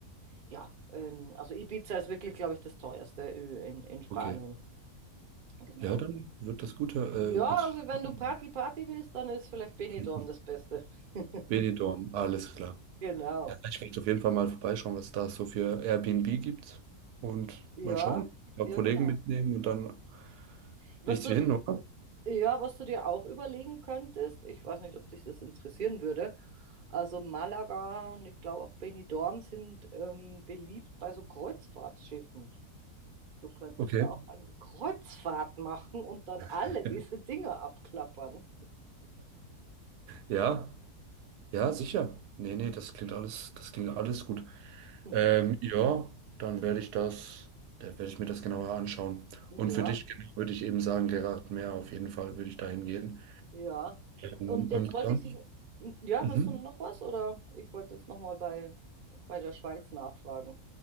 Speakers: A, on the right; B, on the right.
A: Ja, ähm, also Ibiza ist wirklich, glaube ich, das teuerste Ö in, in Spanien.
B: Okay.
A: Genau.
B: Ja, dann wird das Gute.
A: Ja,
B: Äh, hört sich
A: also wenn
B: <laughs>
A: du Party Party willst, dann ist vielleicht Benidorm
B: das-
A: das Beste. <laughs>
B: Benidorm, alles klar.
A: Genau.
B: Ja, ich werde auf jeden Fall mal vorbeischauen, was da so für Airbnb gibt. Und
A: Ja,
B: mal schauen. Ein paar
A: ja,
B: Kollegen
A: genau.
B: mitnehmen und dann
A: Was
B: nichts
A: du,
B: wie hin, oder?
A: ja, was du dir auch überlegen könntest, ich weiß nicht, ob dich das interessieren würde. Also Malaga und ich glaube auch Benidorm sind ähm, beliebt bei so Kreuzfahrtschiffen. Du könntest
B: Okay.
A: ja auch eine Kreuzfahrt machen und dann alle
B: <laughs>
A: diese Dinge abklappern.
B: Ja, ja, sicher. Nee, nee, das klingt alles, das klingt alles gut.
A: <laughs>
B: Ähm, ja, dann werde ich das, dann werde ich mir das genauer anschauen.
A: Ja,
B: Und für dich genau würde ich eben sagen, Gerhard Mehr, auf jeden Fall würde ich dahin gehen.
A: ja.
B: Ähm,
A: Und jetzt
B: und
A: wollte
B: sonst,
A: ich dich, hm, ja,
B: mhm.
A: hast du noch was oder ich wollte jetzt nochmal bei, bei der Schweiz nachfragen.